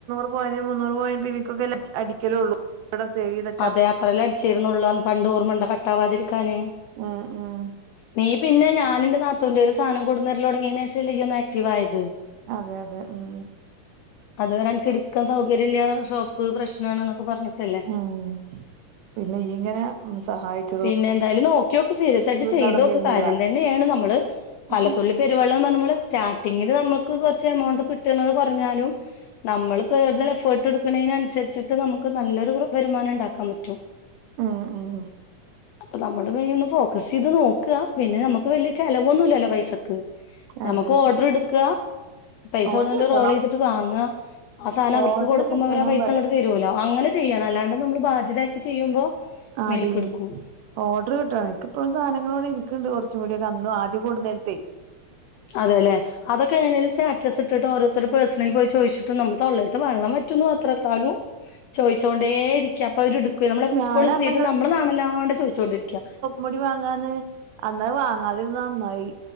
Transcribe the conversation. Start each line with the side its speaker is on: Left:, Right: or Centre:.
Right: പോവും മുന്നൂറ് പോവ പിക്കെടിക്കലള്ളൂ ഇട സേവത
Left: അതെ അത്രേല്ലേ അടിച്ചിരുന്നുള്ളൂ പണ്ടോർമണ്ട കട്ടാവാതിരിക്കാന്േ
Right: ഉം ഉം
Left: നീ പിന്നെ ഞാൻന്റെനാത്തുന്റെന്ന് ഒരു സാധനം കൊടുന്നരില തുടങ്ങിയ ശേഷംല്ലയ്യ ഒന്ന് ആക്റ്റീവായത്
Right: അതെ അതെ ഉം
Left: അതുവരെ എനിക്ക് എടുക്കാൻ സൗകര്യം ഇല്ല ഷോപ്പ് പ്രശ്നണ എന്നൊക്കെ പറഞ്ഞിട്ടല്ലേ
Right: ഉം പിന്നെഇയ്യ് ഇങ്ങനെ സഹായിക്ക
Left: പിന്നെ എന്തായാലും നോക്കിയോൊക്കെ സീരിയസ് ആയിട്ട് ചെയ്തോക്കെ
Right: നടന്നിരുന്നില്ല
Left: കാര്യം തന്നെയാണ് നമ്മള് പലതുള്ളി
Right: ഉം
Left: പെരുവള്ള എന്ന് പറഞ്ഞ്പോൾ സ്റ്റാർട്ടിങ്ങിൽ നമുക്ക് കുറച്ച് എമൗണ്ട് കിട്ടുന്നത് കുറഞ്ഞാലും നമ്മൾ കൂടുതൽ എഫേർട്ട് എടുക്കുന്നതിനനുസരിച്ചിട്ട് നമുക്ക് നല്ലൊരു വരുമാനം ഉണ്ടാക്കാൻ പറ്റും
Right: ഉം ഉം
Left: അപ്പൊ നമ്മള് ഒന്ന് ഫോക്കസ് ചെയ്ത് നോക്ക പിന്നെ നമ്മുക്ക് വലിയ ചെലവൊന്നുല്ലല്ലോ പൈസക്ക് നമ്മുക്ക്
Right: അതെ അതെ
Left: ഓർഡർ എടുക്ക പൈസ
Right: ഓർഡർ
Left: ഓടുല്ല
Right: കിട്ടണം
Left: റോൾ ചെയ്തിട്ട് വാങ്ങ ആ സാധനം അവർക്ക്
Right: ഓർഡർ
Left: കൊടുക്കുമ്പോ
Right: കിട്ടണം
Left: അവര് പൈസ
Right: പറയാ
Left: അങ്ട്ട് തരുല്ലോ അങ്ങനെ ചെയ്യണം അല്ലാണ്ട് നമ്മൾ ബാധ്യതാക്കി ചെയ്യുമ്പോ
Right: ആടി
Left: മേൽക്കെടുക്കും
Right: ഓർഡർ കിട്ടാണ് എക്കെപ്പോഴും സാധനങ്ങളോവിടെ ഇരിക്കണ്ട് കുറച്ചും കൂടിയ കന്നു ആദ്യം കൂടുന്നേരത്തെ
Left: അതെല്ലേ അതൊെക്കെങ്ങനെലും സ്റ്റാറ്റസ് ഇട്ട്ഓരോരുത്തരു പേഴസണ പോയ് ചോയ്ച്ചിട്ട നമ്മ തൊള്ളൽ ത്തെ വള്ളംറ്റ വറ്റു മാത്രം ന്നാലും ചോയ്ച്ചോണ്ടേ ഇരിക്ക അപ്പൊ അവര്ടു നമ്മളെപ്പോഴും
Right: ഞാൻ അന്ന്
Left: സീരം നമ്മുടെ നാണല്ലാണ്ട് ചോയ്ച്ചോണ്ടരിക്ക
Right: മുടി വാങ്ങാന്ന് അന്നാ വാങ്ങാതിരുന്ന നന്നായി